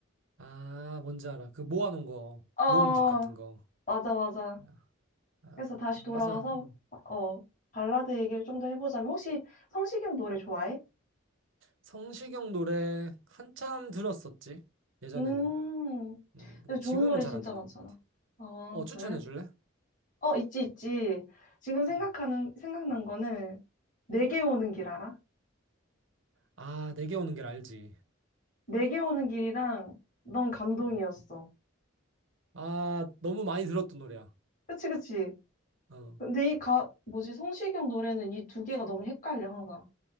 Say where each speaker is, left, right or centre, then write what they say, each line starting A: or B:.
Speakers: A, on the right; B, on the left.
A: 아, 뭔지 알아. 그 모아놓은 거.
B: 어,
A: 모음집 같은 거.
B: 맞아, 맞아.
A: 아, 아,
B: 그래서 다시 돌아가서
A: 맞아. 음.
B: 어, 발라드 얘기를 좀 더 해보자면 혹시 성시경 노래 좋아해?
A: 성시경 노래 한참 들었었지.
B: 음,
A: 예전에는. 음, 근데
B: 근데
A: 지금은
B: 좋은 노래
A: 잘
B: 진짜
A: 안 듣는
B: 많잖아.
A: 것 같아.
B: 어,
A: 어, 추천해
B: 그래?
A: 줄래?
B: 어, 있지, 있지. 지금 생각하는,
A: 음.
B: 생각난 거는, 내게 오는 길 알아?
A: 아, 내게 오는 길 알지.
B: 내게 오는 길이랑, 넌 감동이었어.
A: 음. 아, 너무 많이 들었던 노래야.
B: 그치, 그치.
A: 어.
B: 근데 이 가, 뭐지, 성시경 노래는 이 두 개가 너무 헷갈려, 항상.